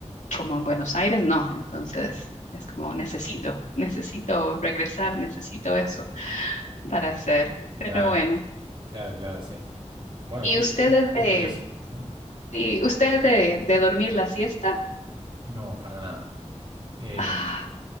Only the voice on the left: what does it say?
como en Buenos Aires no. Entonces es como necesito, necesito regresar, necesito eso para hacer. Pero
bueno.
¿Y
ustedes
de,
y ustedes de, de dormir la siesta?
Ah,